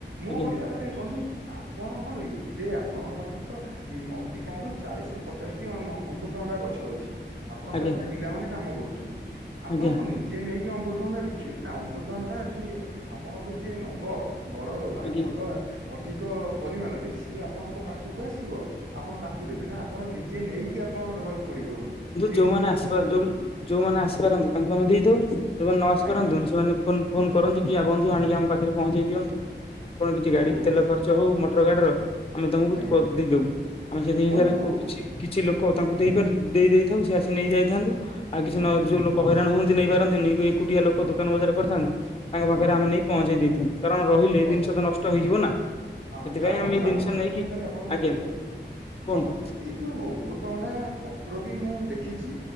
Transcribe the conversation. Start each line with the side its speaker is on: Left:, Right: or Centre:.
Right: ମୁଁ
Left: ଆଜ୍ଞା
Right: କହିବା କଥାଟା ବନ୍ଧୁ ଆପଣ କଣ ସେ ଆପଣଙ୍କ ପାଖରେ ତ ଉ ଅତି କମ ରୁ ଚାଳିଶ ରୁ ପଚାଶ ଟି ଅମୃତଭଣ୍ଡା ଗଛ ଅଛି। ଆପଣଙ୍କ
Left: ଆଜ୍ଞା
Right: ପାଖରେ ତ ପିଲାମାନେ କାମ କରୁଛନ୍ତି ଆପଣଙ୍କ
Left: ଆଜ୍ଞା
Right: ନିଜେ ନେ ଦେଇକି ଅମୃତଭଣ୍ଡା ବିକିବେ ନା ଅମୃତଭଣ୍ଡା ଯିଏ ଆପଣଙ୍କ ଠାରୁ ଯିଏ ନବ ବଡ ମାନେ
Left: ଆଜ୍ଞା।
Right: ଭଲ ଅଧିକ ପରିମାଣରେ ସିଏ ଆପଣଙ୍କ ପାଖକୁ ଆସିବ ଆପଣ ତାଙ୍କୁ ଦେବେ ନା ଆପଣ ନିଜେ ନେଇକି ଆପଣ ଦେବାକୁ ପଡିବ ବନ୍ଧୁ ସେଇଟା
Left: ଯୋଉମାନେ
Right: ଟିକେ ବନ୍ଧୁ
Left: ଆସିପା
Right: ମତେ
Left: ଯୋଉ
Right: ବୁଝା
Left: ଯୋଉମାନେ ଆସିପାରନ୍ତି ତାଙ୍କୁ ଆମେ ଦେଇଥାଉ ଯୋଉମାନେ ନ ଆସି
Right: ଆଜ୍ଞା
Left: ପାରନ୍ତୁ ସେମାନେ ଫୋନ କରନ୍ତି ବନ୍ଧୁ ଆଣି ଆମ ପାଖରେ ପହଞ୍ଚେଇ ଦିଅନ୍ତି। କଣ କିଛି ଗାଡି
Right: ଓ
Left: ତେଲ ଖର୍ଚ୍ଚ
Right: ବ
Left: ହଉ ମଟର ଗାଡିର ଆମେ ତମକୁ
Right: ଆଜ୍ଞା।
Left: ଦେଇଦବୁ ଆମେ ସେଥିପାଇଁ
Right: ବନ୍ଧୁ
Left: ସେରାକୁ କିଛି କିଛି ଲୋକ କ ତାଙ୍କୁ ଦେଇପାରୁ ଦେଇଥାଉ ସେ ଆସି ନେଇ ଯାଇଥାନ୍ତୁ ଆଉ କିଛି
Right: ଆଜ୍ଞା
Left: ନ ଯୋଉ ଲୋକ ହଇରାଣ ହୁଅନ୍ତି ନେଇପାରନ୍ତି କୁଟିଆ ଲୋକ
Right: ହଁ
Left: ଦୋକାନ ବଜାର କରିଥାନ୍ତି ତାଙ୍କ ପାଖରେ
Right: ଆଜ୍ଞା
Left: ଆମେ ନେଇକି ପହଞ୍ଚେଇ ଦେଇଥାନ୍ତୁ କାରଣ
Right: ହଁ
Left: ରହିଲେ
Right: ବନ୍ଧୁ
Left: ଜିନିଷ ତ ନଷ୍ଟ ହେଇଯିବ ନା
Right: ହଁ
Left: ସେଥିପାଇଁ
Right: ଆଉ ବନ୍ଧୁ
Left: ଆମେ ଏ ଜିନିଷ
Right: ଆଉ ଗୋଟେ
Left: ନେଇକି
Right: କଥା ମୁଁ ଖାଲି ଆପଣଙ୍କୁ
Left: ଆଜ୍ଞା
Right: ପଚାରୁଛି
Left: କୁହନ୍ତୁ
Right: ମଧୁ ଏଇ ଯୋଉ ଅମୃତଭଣ୍ଡା ପତ୍ର ମୁଁ ଦେଖିଛି